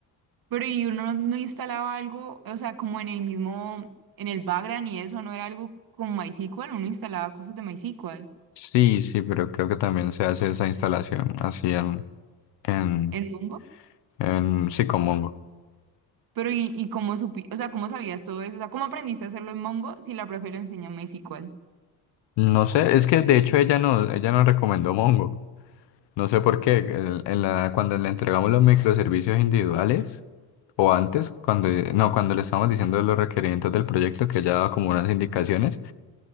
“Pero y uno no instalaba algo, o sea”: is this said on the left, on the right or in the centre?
Right